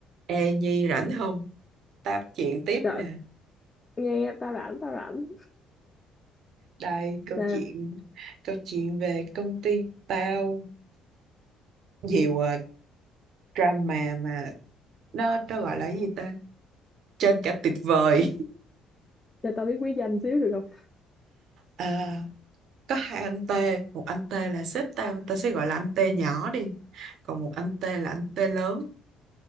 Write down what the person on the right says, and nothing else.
Ê Nhi rảnh không? Tám chuyện tiếp
nè.
Đây câu
chuyện câu chuyện về công ty tao nhiều ờ, drama mà nó nó gọi là cái gì ta? Trên cả tuyệt vời.
À, có hai anh T, một anh T là sếp tao, tao sẽ gọi là anh T nhỏ đi. Còn một anh T là anh T lớn,